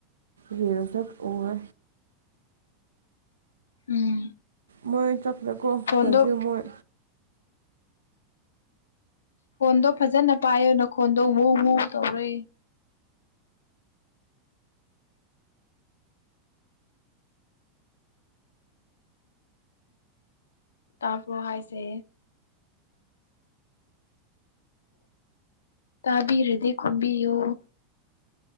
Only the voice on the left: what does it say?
ꯎꯝ
ꯐꯣꯟꯗꯣ
ꯐꯣꯟꯗꯣ ꯐꯖꯅ ꯄꯥꯏꯌꯣ ꯅꯈꯣꯟꯗꯣ ꯍꯧ ꯍꯧ ꯇꯧꯔꯦ ꯇꯥꯕ꯭ꯔꯣ ꯍꯥꯏꯖꯦ ꯇꯥꯕꯤꯔꯗꯤ ꯈꯨꯝꯕꯤꯌꯨ